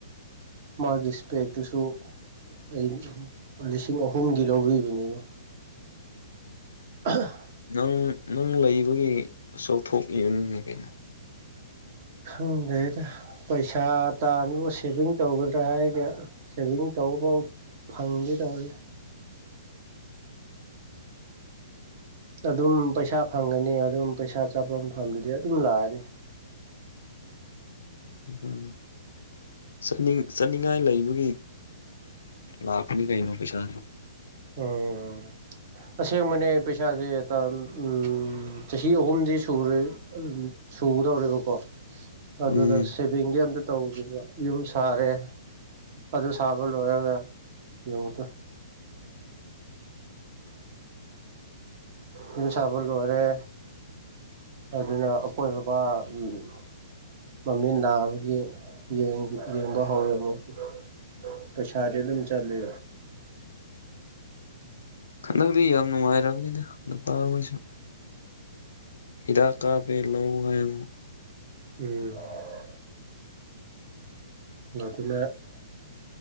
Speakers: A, on the right (about 40°); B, on the left (about 65°).
A: ꯃꯥꯒꯤ ꯏꯁꯄꯦꯛꯇꯨꯁꯨ ꯑꯩ ꯂꯤꯁꯤꯡ ꯑꯍꯨꯝꯒꯤ ꯂꯧꯕꯤꯕꯅꯦꯕꯥ ꯑꯍ
B: ꯅꯪ ꯅꯪ ꯂꯩꯕꯒꯤ ꯆꯥꯎꯊꯣꯛ ꯏꯅꯤꯅꯦ ꯀꯩꯅꯣ
A: ꯈꯪꯗꯦꯗ ꯄꯩꯁꯥ ꯇꯥꯟꯕꯨ ꯁꯦꯚꯤꯡ ꯇꯧꯒꯗ꯭ꯔꯥ ꯍꯥꯏꯔꯒ ꯁꯦꯚꯤꯡ ꯇꯧꯕꯕꯥꯎ ꯐꯪꯗꯦ ꯇꯧꯋꯦ ꯑꯗꯨꯝ ꯄꯩꯁꯥ ꯐꯪꯒꯅꯤ ꯑꯗꯨꯝ ꯄꯩꯁꯥ ꯆꯠꯄ ꯃꯐꯝꯗꯨꯗꯤ ꯑꯗꯨꯝ ꯂꯥꯛꯑꯅꯤ
B: ꯎꯝ ꯆꯠꯅꯤꯡ ꯆꯠꯅꯤꯡꯉꯥꯏ ꯂꯩꯕꯒꯤ ꯂꯥꯛꯄꯅꯤ ꯀꯥꯏꯅꯣ ꯄꯩꯁꯥ
A: ꯎꯝ ꯑꯁꯦꯡꯕꯅꯦ ꯄꯩꯁꯥꯁꯦ ꯇꯥꯟ ꯎꯝ ꯆꯍꯤ ꯑꯍꯨꯝꯗꯤ ꯁꯨꯔꯦ ꯑꯗꯨꯗꯨ ꯁꯨꯒꯗꯧꯔꯦꯕꯀꯣ ꯑꯗꯨꯗ
B: ꯎꯝ
A: ꯁꯤꯞ ꯕꯦꯡꯒꯤ ꯑꯝꯇ ꯇꯧꯗꯦꯕ ꯌꯨꯝ ꯁꯥꯔꯦ ꯑꯗꯨ ꯁꯥꯕ ꯂꯣꯏꯔꯒ ꯌꯦꯡꯉꯨꯇꯨ ꯌꯨꯝ ꯁꯥꯕ ꯂꯣꯏꯔꯦ ꯑꯗꯨꯅ ꯑꯈꯣꯏ ꯕꯕꯥ ꯎꯝ ꯃꯃꯤ ꯅꯥꯕꯒꯤ ꯌꯦꯡ ꯌꯦꯡꯕ ꯍꯧꯔꯦ ꯑꯃꯨꯛꯁꯨ ꯄꯩꯁꯥꯗꯤ ꯑꯗꯨꯝ ꯆꯠꯂꯤ
B: ꯈꯟꯗꯛꯇꯤ ꯌꯥꯝ ꯅꯨꯡꯉꯥꯏꯔꯕꯅꯤꯗ ꯅꯨꯄꯥ ꯍꯣꯏꯁꯨ ꯍꯤꯗꯥꯛ ꯀꯞꯄꯦ ꯂꯧ ꯉꯥꯏ ꯑꯃꯨꯛ
A: ꯎꯝ ꯃꯗꯨꯅꯥ